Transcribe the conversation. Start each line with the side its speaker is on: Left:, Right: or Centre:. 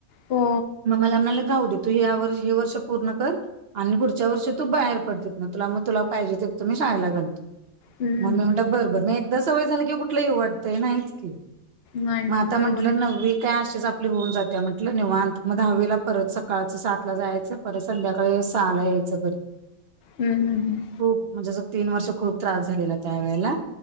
Left: हो
Right: मग मला म्हंटलं जाऊ दे. तू या वर्षी हे वर्ष पूर्ण कर आणि पुढच्या वर्ष तू बाहेर- मग तुला मग तुला पाहिजे तिथं मी शाळेला घालतो,
Left: हम्म
Right: मग मी म्हटलं- बरं बर मग एकदा सवय झालं की कुठलं येऊ वाटतंय नाहीच की.
Left: नाही ना
Right: मग आता
Left: बरोबर
Right: म्हटलं
Left: आहे.
Right: नववी काय अशीचं - होऊन जात्या म्हटलं निवांत मग, दहावीला परत सकाळचं सातला जायचं परत संध्याकाळी सहाला यायचं घरी.
Left: हां हां हां
Right: हो म्हणजे असं तीन वर्ष खूप त्रास झालेला त्या वेळेला